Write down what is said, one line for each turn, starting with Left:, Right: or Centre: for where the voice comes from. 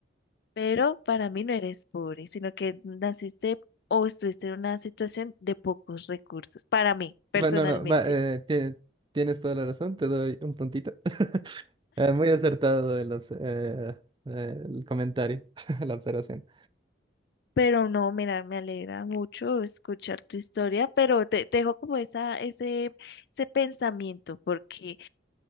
Left: pero para mí no eres pobre, sino que naciste o estuviste en una situación de pocos recursos, para mí, personalmente.
Right: Va, no, no, va, eh, tie- tienes toda la razón, te doy un puntito. <laughs> Eh, muy acertado el, obs- eh, eh, el comentario, <laughs> la observación.
Left: Pero no, mira, me alegra mucho escuchar tu historia, pero te, te dejo como esa, ese, ese pensamiento, porque